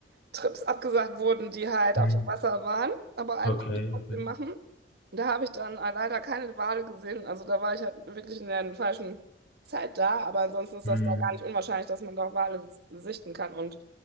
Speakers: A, on the right; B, on the left.
A: Trips abgesagt wurden, die halt
B: Hm.
A: auf dem Wasser waren, aber einen
B: Okay,
A: konnte ich trotzdem
B: okay.
A: machen. Und da habe ich dann äh, leider keine Wale gesehen. Also da war ich halt wirklich in der falschen Zeit da, aber ansonsten ist
B: Hm.
A: das da gar nicht unwahrscheinlich, dass man da Wale s- sichten kann. Und